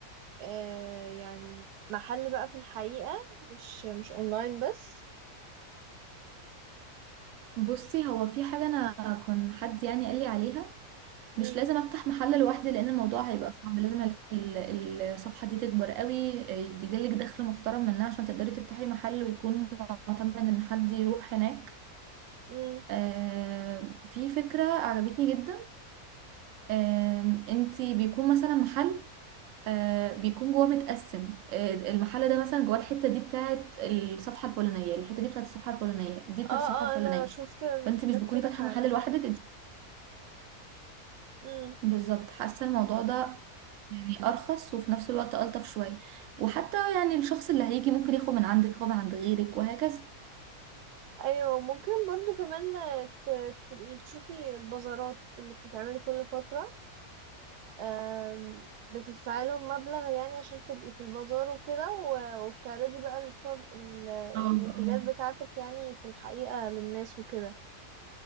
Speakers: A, on the right; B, on the right.
A: آه، يعني محل بقى في الحقيقة مش مش أونلاين بس
B: بصي هو في حاجة أنا كان حد يعني قال لي عليها
A: مم.
B: مش لازم افتح محل لوحدي لان الموضوع هيبقى صعب لازم ال- ال- الصفحة دي تكبر قوي يجيلك دخل محترم منها عشان تقدري تفتحي محل ويكون معتمد ان حد يروح هناك
A: مم.
B: آه، في فكرة عجبتني جدا آم، انتي بيكون مثلا محل آه، بيكون جواه متقسم آه، المحل ده مثلا جواه الحتة دي بتاعت الصفحة الفلانية الحتة دي بتاعت الصفحة الفلانية دي بتاعت
A: اه
B: الصفحة
A: اه
B: الفلانية
A: انا شفت محلات
B: فانت مش بتكوني
A: كده
B: فاتحة
A: فعلا
B: محل لوحدك انت
A: امم
B: بالظبط حاسة الموضوع ده يعني ارخص وفي نفس الوقت الطف شويه وحتى يعني الشخص اللي هيجي ممكن ياخد من عندك ياخد من عند غيرك وهكذا
A: ايوه ممكن برضو كمان آه، ت- تبقي تشوفي البازارات اللي بتتعمل كل فترة آم، بتدفعي لهم مبلغ يعني عشان تبقي في البازار وكده و- وبتعرضي بقى البرو- ال-
B: اه
A: المنتجات
B: اه
A: بتاعتك يعني في الحقيقة للناس وكده